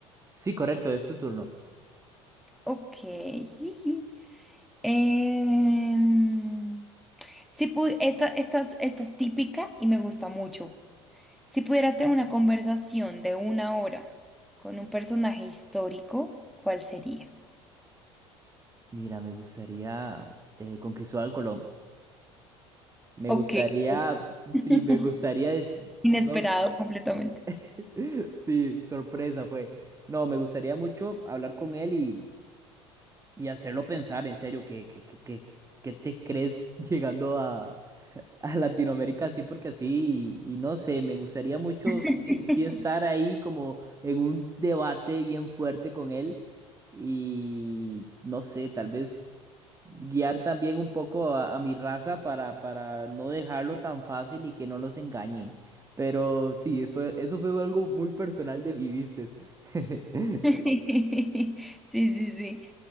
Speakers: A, on the right (about 20°); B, in the centre.
A: Sí, correcto, es tu turno.
B: Ok. <laughs> Em, si pu- esta, esta es esta es típica y me gusta mucho. Si pudieras tener una conversación de una hora con un personaje histórico, ¿cuál sería?
A: Mira, me gustaría eh, con Cristóbal Colón. Me
B: Ok.
A: gustaría, sí,
B: <laughs>
A: me gustaría, des-
B: Inesperado
A: no s-
B: completamente.
A: <laughs> sí, sorpresa fue. No, me gustaría mucho hablar con él y, y hacerlo pensar, en serio, que, que, que, que, ¿qué te crees <laughs> llegando a, A Latinoamérica sí, porque así, y, y no sé, me gustaría mucho
B: <laughs>
A: sí sí estar ahí como en un debate bien fuerte con él y no sé, tal vez guiar también un poco a, a mi raza para, para no dejarlo tan fácil y que no los engañen. Pero sí, fue, eso fue algo muy personal de mi ¿viste? <laughs>
B: Sí, sí, sí.